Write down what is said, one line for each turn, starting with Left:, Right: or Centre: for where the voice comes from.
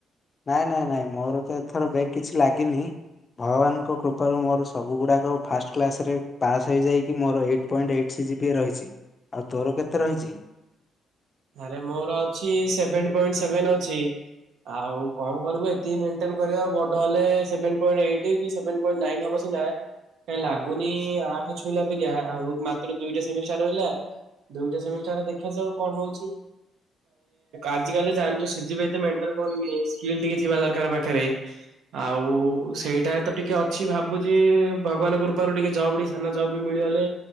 Left: ନାଇଁ ନାଇଁ ନାଇଁ ମୋର ତ ଏଥର ବ୍ୟାକ୍ କିଛି ଲାଗିନି। ଭଗବାନଙ୍କ କୃପାରୁ ମୋର ସବୁ ଗୁଡାକ ଫାଷ୍ଟ କ୍ଲାସ ରେ ପାସ୍ ହେଇଯାଇକି ମୋର ଏଇଟ୍ ପଏଣ୍ଟ ଏଇଟ୍ ପି ରହିଛି ଆଉ ତୋର କେତେ ରହିଛି?
Right: ଆରେ ମୋର ଅଛି ସେଭେନ ପଣ୍ଟ ସେଭେନ ଅଛି। ଆଉ କଣ କରିବୁ ଏତିକି ମେଣ୍ଟେନ କରିବା ବଡ ହେଲେ ସେଭନ ପଏଣ୍ଟ ଏଇଟ କିଣ୍ ନାଇ ହବ। କାଇଁ ଲାଗୁନି ଆଠ ଛୁଇଁଲା ପ ଆଉ ମାତ୍ର ଦୁଇଟା ସେମି ରହିଲା। ଦୁଇଟା ସେମିାରେ ଦେଖାଯାଉ କଣ ହଉଛି। ଆଜିିକାଲି ଜାଣିଛୁପ <unintelligible> ମେନଟେନ କରନି ସ୍କିଲ ଟିକେ ଥିବା ଦରକାର ପାଖରେ ଆଉ ସେଇଟା ତ ଟିକେ ଅଛି ଭାବୁଛି ଭଗବାନଙ୍କ କୃପାରୁ ଟିକେ ଜବ୍ ଟ ସାନ ଜବ୍ ବି ମିଳିବ ଗଲେ